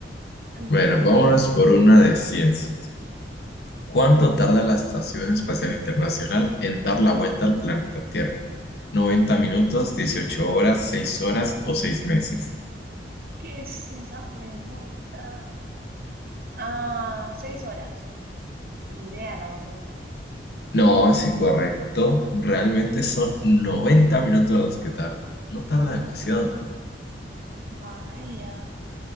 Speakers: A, on the left (about 55°); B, on the right (about 50°).
A: Bueno,
B: ¿Qué?
A: vámonos por una de ciencias. ¿Cuánto tarda la Estación Espacial Internacional en dar la vuelta al planeta Tierra? noventa minutos, 18 horas, 6 horas o 6 meses?
B: ¿Qué es esa pregunta? Ah, seis horas. Ni idea, la verdad.
A: No, es incorrecto. Realmente son 90 minutos los que tarda. No tarda demasiado.
B: Vaya,